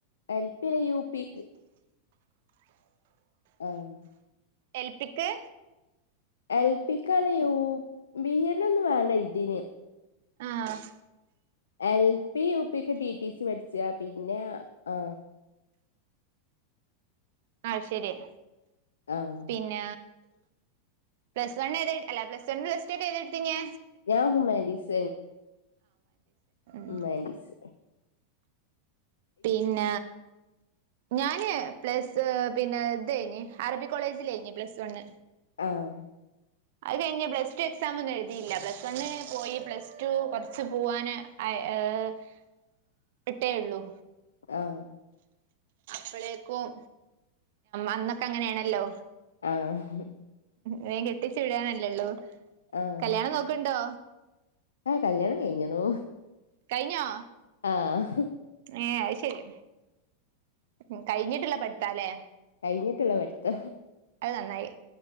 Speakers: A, on the left; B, on the right.
A: എൽപ്പില യു പിക്ക് ആഹ്
B: എൽപിക്ക്
A: എൽപിക്കാണ് യു ബി എഡ്ഡ് ഒന്നും വേണ്ട ഇതിന്
B: ആഹ്
A: എൽ പി യുപക്ക് ടി ടി സി പഠിച്ച പിന്നെ ആ
B: ആഹ് ശരിയാ
A: ആഹ്
B: പിന്ന പ്ലസ് വൺ ഏത അല്ല പ്ലസ് വൺ പ്ലസ് ടു ഏതെടുത്തെഞ്ഞാ
A: ഞാൻ ഹുമാൻറ്റീസ്
B: <unintelligible>
A: മാഡിസ്
B: പിന്ന ഞാന് പ്ലസ് പിന്നെ ഇത് കഴിഞ്ഞ് അറബി കോളേജിൽ കഴിഞ്ഞ് പ്ലസ് വണ്ണ്
A: ആഹ്
B: അത് കഴിഞ്ഞ് പ്ലസ് ടു എക്സാം ഒന്നും എഴുതിയില്ല പ്ലസ് വൺ പോയി പ്ലസ് ടു കുറച്ച് പോവാന് <unintelligible> ഇട്ടേള്ളൂ
A: ആഹ്
B: പ്പ്ളേക്കും അന്നൊക്കെ അങ്ങനെയാണല്ലോ
A: ആഹ്
B: വേം കെട്ടിച്ചു വിടാനല്ലെള്ളൂ
A: ആഹ്
B: കല്യാണം നോക്ക്ണ്ടോ
A: ആഹ് കല്യാണം കഴിഞ്ഞ്‌ണു
B: കഴിഞ്ഞോ
A: ആഹ്
B: ഏഹ് അത് ശരി ഉം കഴിഞ്ഞിട്ട്ള്ള പട്ത്താലേ
A: കഴിഞ്ഞിട്ട്ള്ള പട്ത്ത
B: അത് നന്നായി